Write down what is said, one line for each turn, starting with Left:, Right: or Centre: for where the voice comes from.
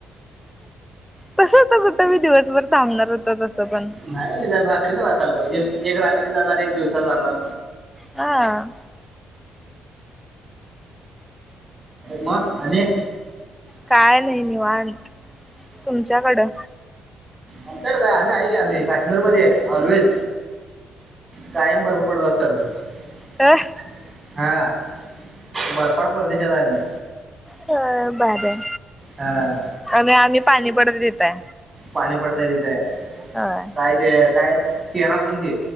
Centre: तस होत कुठं मी दिवसभर थांबणार होत तसं पण
Right: नाही नाही जण रात्री तर असायला पाहिजे एक रात्री जाणार एक दिवसाात जाणार
Centre: हा
Right: म आणि,
Centre: काय नाही, निवांत तुमच्याकडं.
Right: आमच्याड काय, आम्ही आहे की आम्ही काश्मीरमध्ये ऑलवेज, कायम बर्फ पडत असतोय त, आमचं
Centre: अ
Right: हा बर्फळ प्रदेशांत आहे आम्ही,
Centre: होय भारी आहे,
Right: हा,
Centre: आनी, आम्ही पाणी पडत हित आहे,
Right: पाणी पडतय तिथं,
Centre: होय,
Right: काय ते, काय चेहरा पुुंजी